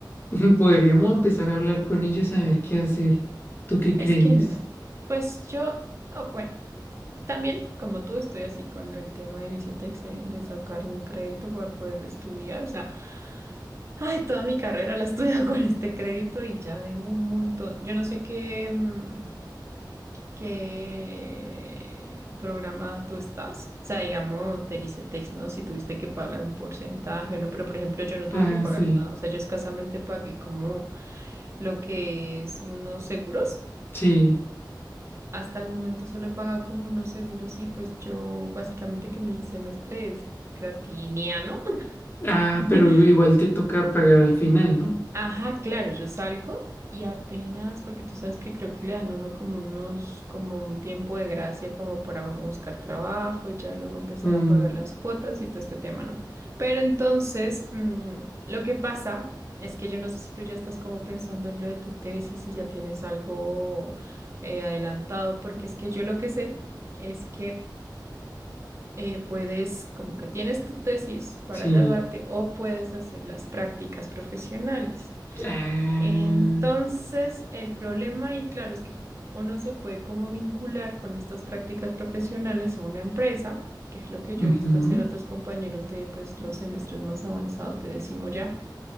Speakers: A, on the left; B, on the right.
A: <laughs> podríamos empezar a hablar con ellos a ver qué hacer. ¿Tú qué
B: Es
A: crees?
B: que mira, pues yo, oh, bueno, también como tú estoy así con el tema del ICETEX de, de sacar un crédito para poder estudiar. O sea, ay, toda mi carrera la he estudiado <laughs> con este crédito y ya debo un montón. Yo no sé qué. mm, qué programa tú estás. O sea, digamos, del ICETEX, ¿no? Si tuviste que pagar un porcentaje o no, pero por ejemplo, yo no tuve
A: Ah,
B: que pagar
A: sí,
B: nada. O sea, yo escasamente pagué como lo que es unos seguros.
A: sí.
B: Hasta el momento solo he pagado como unos seguros y pues yo básicamente que mi semestre es gratiniano.
A: Ah,
B: <laughs>
A: pero igual te toca pagar al final, ¿no?
B: Ajá, claro, yo salgo y apenas, porque tú sabes que creo que le dan a uno como unos, como un tiempo de gracia como para uno buscar trabajo y ya luego empezar
A: Mm,
B: a pagar las cuotas y todo este tema, ¿no? Pero entonces, mm, lo que pasa es que yo no sé si tú ya estás como pensando en lo de tu tesis, si ya tienes algo eh, adelantado, porque es que yo lo que sé es que eh, puedes, como que tienes tu tesis para
A: sí.
B: graduarte o puedes hacer las prácticas profesionales.
A: Ah,
B: Entonces, el problema, y claro, es que uno se puede como vincular con estas prácticas profesionales a una empresa, que es lo que
A: ujú,
B: yo he visto hacer otros compañeros de pues los semestres más avanzados, te decimos ya.